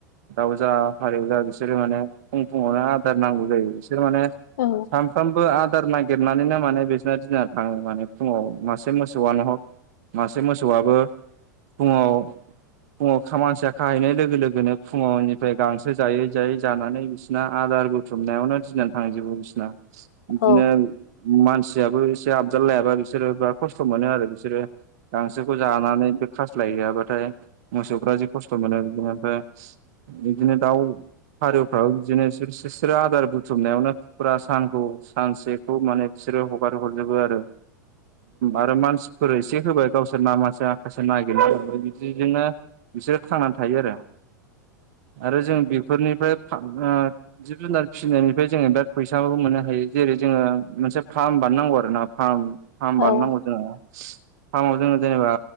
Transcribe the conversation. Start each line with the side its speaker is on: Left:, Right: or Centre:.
Right: दाउ जा फारेव जा बिसोरो माने फुङावनो आदार नांगौ जायो बिसोर माने
Left: औ
Right: सानफ्रामबो आदार नागिरनानैनो माने बिसोरना दिना थाङो माने फुङाव मासे मोसौआनो हग मासे मोसौआबो फुङाव फुङाव खा मानसिया खाहैनाय लोगो लोगोनो फुङनिफ्राय गांसो जायै जायै जानानै बिसोरना आदार बुथुमनायावनो दिनानो थांजोबो बिसना बिदिनो
Left: औ
Right: मानसियाबो एसे आबजाल लायाबा बिसोरो बिराद खस्थ' मोनो आरो बिसोरो गांसोखौ जानानैबो खास्लाय हैयाबाथाय मोसौफ्रा जि खस्थ' मोनो बिदिनो ओमफ्राय बिदिनो दाउ फारेवफ्राबो बिदिनो बि-बि-बिस्रो आदार बुथुमनायावनो फुरा सानखौ सानसेखौ माने बिसोरो हगार हरजोबो आरो आरो मानसिफोर एसे होबाय गावसोर नामासे आसे नागिरो बिदिजोंनो बिसोरो थांनानै थायो आरो आरो जों बेफोरनिफ्राय आ जिब जुनार फिसिनायनिफ्राय जोङो बिराद फैसाबो मोनो बेयो जेरै जोङो मोनसे फार्म बानायनांगौ आरो ना फार्म फार्म
Left: औ
Right: बानायनांगौ जोङो फार्माव जोङो जेनेबा